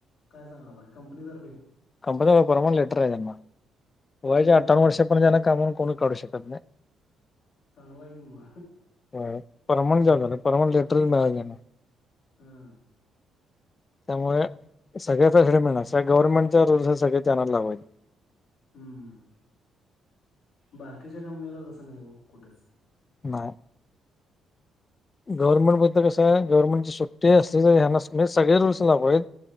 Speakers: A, on the left; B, on the left.
A: काय सांगालाय कंपनीतर्फे.
B: कंपनीमधे परमनंट लेटर आहे त्यांना
A: म्हणजे
B: वयाच्या अठ्ठावन्ना
A: ते
B: वर्षा म त्यांना कामावरून कोणच काढू शकत नाही.
A: चांगलं हाय की म.
B: होय परमनंट जॉब हाय ना परमनंट लेटर मिळालायच त्यांना.
A: हा.
B: त्यामुळे सगळ्या फॅसिलिटी मिळणार स गव्हर्नमेंटच्या रूल्स सगळे त्यांनाच लागू हैत.
A: हम्म. बाकीच्या कंपनीला तसं नाही हो कुठंच.
B: नाही <unintelligible> गव्हर्मंट बद्द कंस गवर्मेंटची सुट्टी असते सगळ्यांना सु मी सगळे रूल्स ला होयत.